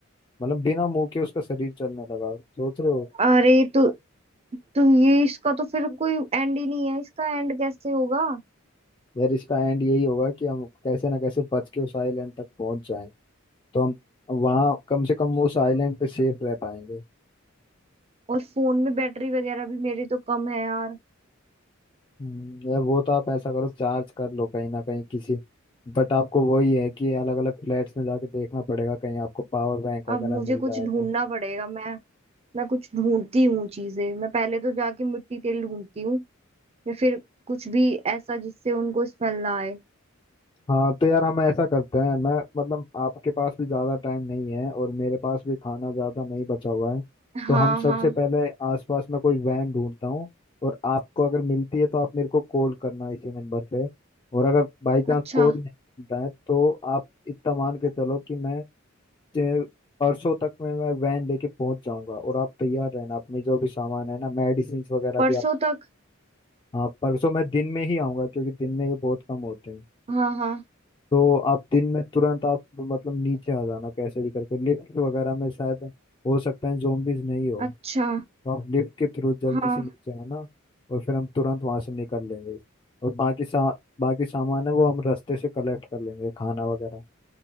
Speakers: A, on the left (about 25°); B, on the right (about 30°).
A: मतलब बिना मुंह के उसका शरीर चलने लगा सोच रहे हो
B: अरे तो तो ये इसका तो फिर कोई एंड ही नहीं है इसका एंड कैसे होगा
A: यार इसका एंड यही होगा कि हम कैसे ना कैसे बच के उस आइलैंड तक पहुंच जाएं तो हम वहां कम से कम उस आइलैंड पे सेफ रह पाएंगे
B: और फोन में बैटरी वगैरह भी मेरी तो कम है यार
A: हम्म, यार वो तो आप ऐसा करो चार्ज कर लो कहीं ना कहीं किसी बट आपको वही है कि अलग अलग फ्लैट्स में जाके देखना पड़ेगा कहीं आपको पावर बैंक वगैरह
B: अब मुझे
A: मिल
B: कुछ
A: जाए
B: ढूंढना
A: तो।
B: पड़ेगा मैं मैं कुछ ढूंढती हूँ चीजें मैं पहले तो जाके मिट्टी तेल ढूंढती हूँ या फिर कुछ भी ऐसा जिससे उनको स्मेल ना आए
A: हाँ तो यार हम ऐसा करते हैं मैं मतलब आपके पास भी ज़्यादा टाइम नहीं है और मेरे पास भी खाना ज़्यादा नहीं बचा हुआ है
B: हाँ
A: तो हम सबसे
B: हाँ
A: पहले आसपास में कोई वैन ढूंढता हूँ और आपको अगर मिलती है तो आप मेरे को कॉल करना इसी नंबर पे और अगर बाई चांस
B: अच्छा
A: कॉल नहीं मिलता है तो आप इतना मान के चलो कि मैं जे- परसों तक में मैं वैन लेके पहुंच जाऊंगा और आप तैयार रहना अपने जो भी सामान है ना मेडिसिन वगैरह
B: परसों
A: भी आप
B: तक
A: हाँ परसों मैं दिन में ही आऊंगा क्योंकि दिन में ये बहुत कम होते हैं
B: हाँ हाँ
A: तो आप दिन में तुरंत आप मतलब नीचे आ जाना कैसे भी करके लिफ्ट वगैरह में शायद हो सकता है जोम्बिस नहीं हो
B: अच्छा
A: तो आप लिफ्ट के थ्रू जल्दी
B: हाँ
A: से नीचे आना और फिर हम तुरंत वहां से निकल लेंगे और बाकी सा बाकी सामान है वो हम रास्ते से कलेक्ट कर लेंगे खाना वगैरह